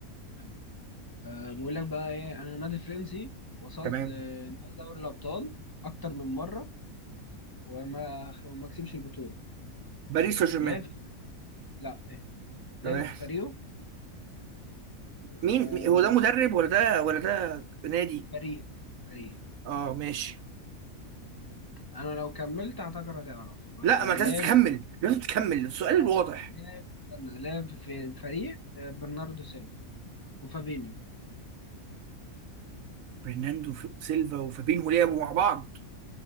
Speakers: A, on the left; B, on the right.
A: يلا. أه بقول لك بقى ايه انا نادي فرنسي وصلت
B: تمام
A: لنهائي دوري الابطال اكتر من مره وما وما كسبش البطوله
B: باريس سان جيرمان
A: ولعب لا اهدى لعب
B: تمام
A: في فريقه أه
B: مين مين- هو ده مدرب ولا ده ولا ده نادي
A: فريق فريق
B: اه ماشي
A: انا لو كملت اعتقد هتعرف أه
B: لا ما انت
A: لعب
B: لازم تكمل
A: في-
B: لازم تكمل السؤال
A: لعب
B: واضح
A: لعب- استنى، لعب في الفريق آه، برناردو سيلفا وفابينيو
B: برناندو ف- سيلفا وفابينهو لعبوا مع بعض